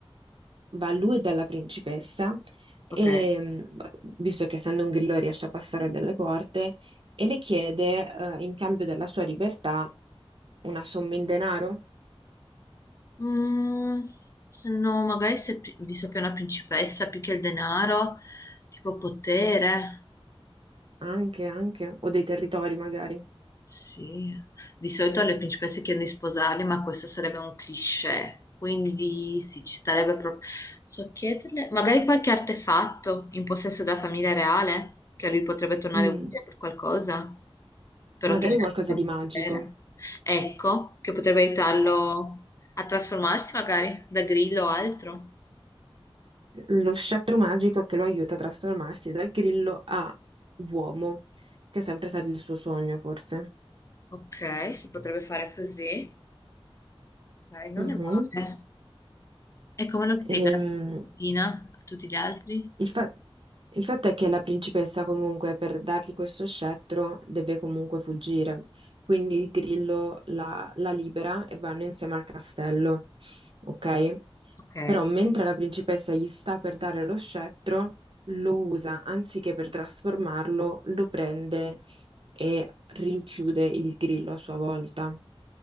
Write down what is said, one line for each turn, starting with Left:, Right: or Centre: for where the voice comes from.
Right: va a lui e dalla principessa, e,
Left: Ok.
Right: mh, visto che essendo un grillo riesce a passare delle porte, e le chiede, eh, in cambio della sua libertà, una somma in denaro,
Left: Mm, se no, magari se, pri- visto che è una principessa più che il denaro, tipo potere.
Right: anche, anche, o dei territori magari,
Left: Sì, di solito alle principesse chiedono di sposarli, ma questo sarebbe un cliché, quindi sì, ci starebbe proprio... So chiederle, magari qualche artefatto in possesso della famiglia reale, che a lui potrebbe tornare
Right: Mm,
Left: utile per qualcosa, per
Right: magari
Left: ottenere
Right: qualcosa di magico.
Left: il potere. Ecco, che potrebbe aiutarlo a trasformarsi magari da grillo o altro.
Right: Lo scettro magico che lo aiuta a trasformarsi da grillo a uomo, che è sempre stato il suo sogno, forse.
Left: Ok, si potrebbe fare così, dai, non
Right: Mhm.
Left: è male. E come lo spiega
Right: Ehm,
Left: la cugina a tutti gli altri?
Right: Il fa- il fatto è che la principessa comunque per dargli questo scettro deve comunque fuggire, quindi il grillo la, la libera e vanno insieme al castello, ok?
Left: Ok.
Right: Però mentre la principessa gli sta per dare lo scettro, lo usa, anziché per trasformarlo, lo prende e rinchiude il grillo a sua volta,